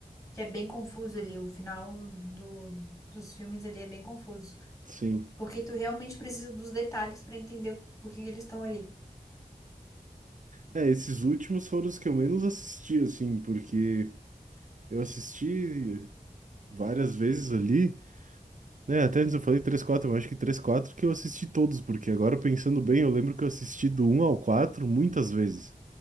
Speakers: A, on the left; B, on the right.
A: que é bem confuso ali, o final do, dos filmes ali é bem confuso.
B: sim.
A: Porque tu realmente precisa dos detalhes pra entender por que que eles estão ali.
B: É, esses últimos foram os que eu menos assisti, assim, porque eu assisti várias vezes ali. É, até antes eu falei três quatro mas acho que três quatro que eu assisti todos, porque agora pensando bem, eu lembro que eu assisti do um ao 4 muitas vezes.